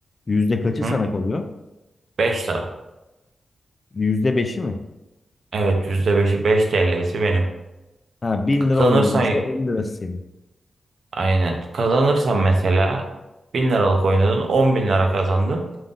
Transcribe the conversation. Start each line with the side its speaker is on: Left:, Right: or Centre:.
Left: Yüzde kaçı
Right: hı?
Left: sana kalıyor?
Right: 5 lira.
Left: Yüzde beşi mi?
Right: Evet %5'i 5 TL'si benim.
Left: Ha 1000
Right: Kazanırsan
Left: lira oynadım mesela Elli lirası senin.
Right: aynen. Kazanırsan mesela 1000 liralık oynadın on bin lira kazandın.